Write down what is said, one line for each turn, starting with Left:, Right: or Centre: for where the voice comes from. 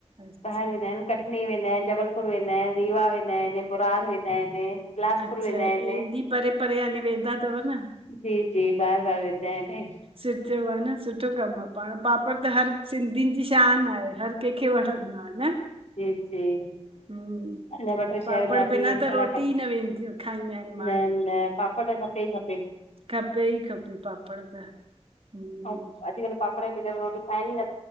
Right: अच्छा
Left: ॿाहिरि वेंदा आहिनि कटनी वेंदा आहिनि, जबलपुर वेंदा आहिनि रीवा वेंदा आहिनि, बुरार वेंदा आहिनि। बिलासपुर
Right: अच्छा
Left: वेंदा आहिनि
Right: एॾी परे- परे यानि वेंदा थव न
Left: जी- जी, बारु- बारु वेंदा आहिनि।
Right: सुठो आहे न, सुठो कमु आहे पाण पापड़ त हर सिंधियुनि जी शानु आहे। हर कंहिंखे वणंदो आहे न
Left: जी जी <unintelligible>
Right: हम्म
Left: अञां ॿ टे
Right: पापड़
Left: शयर ॿिया
Right: बिना
Left: बि आहिनि,
Right: त रोटी
Left: लाइ
Right: ई न वेंदी खाईंदा आहिनि माण्हू
Left: न- न पापड़ खप त ई खपेनि <unintelligible>
Right: खपे ई खपे, पापड़ त हम्म
Left: ह अॼ कल्ह पपड़ बिगरु रोटी खाए ई न